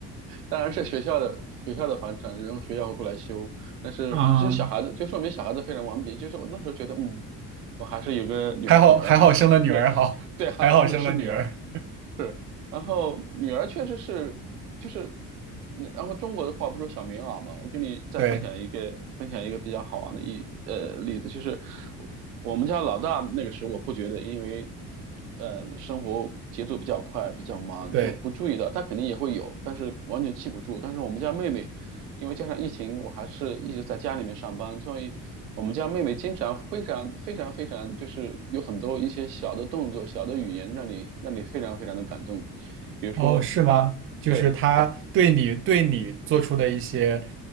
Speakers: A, on the right; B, on the right.
A: 当然是学校的学校的房产，然后学校会过来修，但是就是小孩子就说明小孩子非常顽皮，
B: 啊，
A: 就是我那时候觉得嗯，我还是有个女孩女儿好。
B: 还好还好生了女儿，好，
A: 对，
B: <laughs>
A: 还好真的是女儿，
B: 还好生了女儿。
A: 是，然后女儿确实是，就是，嗯然后中国的话不是有小棉袄嘛？我给你再分享一个，
B: 对
A: 分享一个比较好玩的一呃例子，就是我我们家老大那个时候我不觉得，因为呃生活节奏比较快，比较忙，
B: 对。
A: 就不注意到，他肯定也会有，但是完全记不住。但是我们家妹妹因为加上疫情，我还是一直在家里面上班，所以我们家妹妹经常非常非常非常，就是有很多一些小的动作、小的语言，让你让你非常非常的感动。比如说她，
B: 哦，是吗？就是他对你对你做出的一些
A: 对她，